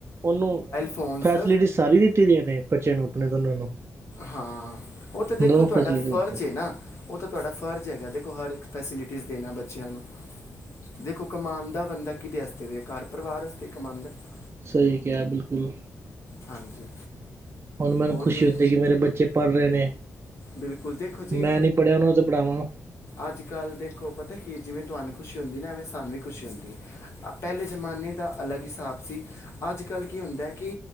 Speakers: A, on the right; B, on the left.
A: ਔਨੂੰ
B: ਫੋਨਸ
A: ਫੈਸਲਿਟੀ ਸਾਰੀ ਦਿੱਤੀ ਦੀ ਨੇ ਬੱਚਿਆਂ ਨੂੰ, ਅਪਨੇ ਦੋਨਾਂ ਨੂੰ।
B: ਹਾਂ, ਔ ਤੇ ਦੇਖੋ
A: ਦੋਨੋਂ
B: ਤੁਆਡਾ,
A: ਫੈਸਿਲਿਟੀ ਦਿੱਤੀ
B: ਫਰਜ਼ ਏ ਨਾ। ਔ ਤੇ, ਤੁਆਡਾ ਫਰਜ਼ ਹੈਗਾ, ਦੇਖੋ ਹਰ ਇੱਕ ਫੈਸਿਲਿਟੀਜ਼ ਦੇਨਾ, ਬੱਚਿਆਂ ਨੂੰ। ਦੇਖੋ, ਕਮਾਦਾ ਬੰਦਾ ਕਿਦੇ ਵਾਸਤੇ ਵੇ, ਘਰ ਪਰਵਾਰ ਵਾਸਤੇ ਕਮਾਦਾ ।
A: ਸਹੀ, ਕਿਆ ਬਿਲਕੁਲ।
B: ਹਾਂਜੀ।
A: ਹੁਨ ਮੈਨੂੰ,
B: ਹੋਰ
A: ਖੁਸ਼ੀ
B: ਵੀਰ
A: ਹੁੰਦੀ ਏ, ਕਿ ਮੇਰੇ ਬੱਚੇ ਪੜ੍ਹ ਰਏ ਨੇ।
B: ਬਿਲਕੁਲ ਦੇਖੋ ਜੀ
A: ਮੈਂ ਨੀ ਪੜ੍ਹਿਆ, ਔਨਾ ਨੂ ਤੇ ਪੜ੍ਹਾਵਾਂ।
B: ਅੱਜ ਕੱਲ ਦੇਖੋ, ਪਤੇ ਕੀ ਜਿਵੇਂ ਤੁਆਨੂੰ ਖੁਸ਼ੀ ਹੁੰਦੀ ਨਾ, ਐਵੇਂ ਸਾਨੂੰ ਵੀ ਖੁਸ਼ੀ ਹੁੰਦੀ ਏ। ਪਹਿਲੇ ਜਮਾਨੇ ਦਾ, ਅਲੱਗ ਹਿਸਾਬ ਸੀ। ਅੱਜ ਕੱਲ ਕਿ ਹੁੰਦਾ ਕਿ,